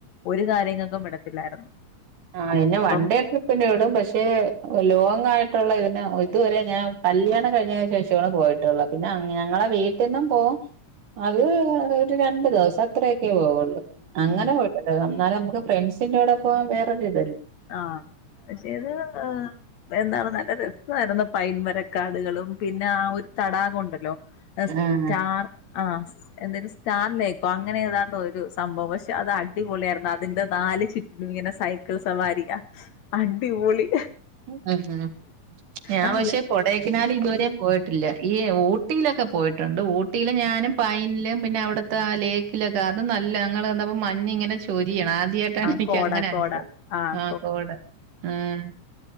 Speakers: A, on the left (about 65°); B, on the right (about 70°).
A: ഒരു കാര്യങ്ങൾക്കും വിടത്തില്ലായിരുന്നു
B: ആഹ് എന്നെ
A: അപ്പം
B: വൺ ഡേ ട്രിപ്പിന് വിടും പക്ഷെ ലോങ് <unintelligible> ഇതിനെ ഇതുവരെ ഞാൻ കല്യാണം കഴിഞ്ഞതിന് ശേഷമാണ് പോയിട്ടുള്ള പിന്നെ ഞങ്ങളെ വീട്ടിൽന്നും പോകും അത് ഒരു രണ്ടു ദിവസം അത്രയൊക്കെ പോവുള്ളു അങ്ങനെ
A: ഉം
B: പോയിട്ടുണ്ട് അന്നേരം നമുക്ക് ഫ്രണ്ട്സിന്റോടൊപ്പം വെ അതെ
A: ആഹ് പക്ഷേത് എന്താണ് ന രസായിരുന്നു പൈൻമരക്കാടുകളും പിന്നെ ആ ഒരു തടാകം ഉണ്ടല്ലോ സ്റ്റാർ
B: ആഹ്
A: ആഹ് എന്തേനു സ്റ്റാറിലേക്കോ അങ്ങനെ ഏതാണ്ടോ ഒരു സംഭവം പക്ഷെ അത് അടിപൊളിയായിരുന്നു അതിന്റെ നാല് ചുറ്റും ഇങ്ങനെ സൈക്കിൾസ് സവാരിക അടിപൊളി
B: ഉം ഞാൻ
A: നല്ല
B: പക്ഷെ കൊടേക്കനാല് ഇതുവരെ പോയിട്ടില്ല ഈഊ ഊട്ടിയിലൊക്കെ പോയിട്ടുണ്ട് ഊട്ടിയിൽ ഞാനും പൈനിലും പിന്നെ അവിടുത്തെ ലേക്കിലൊക്കെ അത് നല്ല ഞങ്ങൾ വന്നപ്പോ മഞ്ഞ് ഇങ്ങനെ ചൊരിയാ ആദ്യായിട്ടാണ്
A: ആഹ്
B: എനിക്ക്
A: കോട
B: അങ്ങനെ അനുഭവം
A: കോട ആഹ്
B: ആ കോട ആഹ്